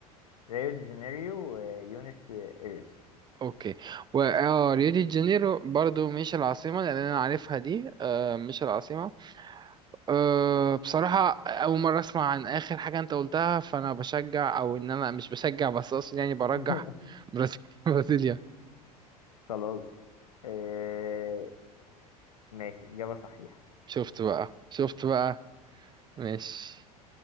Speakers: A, on the left; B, on the right.
A: ريو دي جانيرو ويونس إيرس
B: اوكي و آه، ريو دي جانيرو برضو مش العاصمة لان انا عارفها دي آه، مش العاصمة آه، بصراحة اول مرة اسمع عن اخر حاجة انت قلتها فانا بشجع او ان انا مش بشجع بس اقصد يعني برجح
A: <laughs>
B: برازيليا <laughs> برازيليا
A: خلاص آه، ماشي إجابة صحيحة
B: شفت بقى شفت بقى ماشي
A: ماشي